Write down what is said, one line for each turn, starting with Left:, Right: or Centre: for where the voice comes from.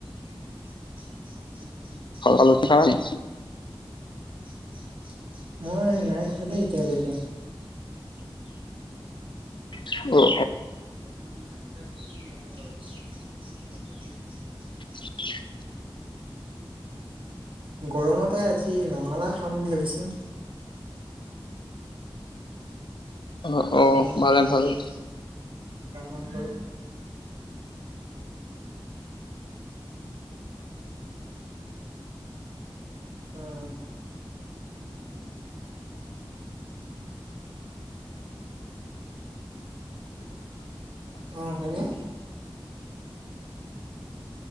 Right: <unintelligible>
Left: আলোচনা খালা নি
Right: মই নাই খোৱা দেই, এতিয়ালৈকে।
Left: <inaudible>
Right: <unintelligible>
Left: <inaudible>
Right: গৰমতে আজি ৰঙলাউ খাম বুলি ভাবিছিলো।
Left: অ অ
Right: অ'হ
Left: ভালে
Right: আৰু
Left: ভালে
Right: কাণ বন্ধ কৰো। উ'ম। অ'হ হয়েনে?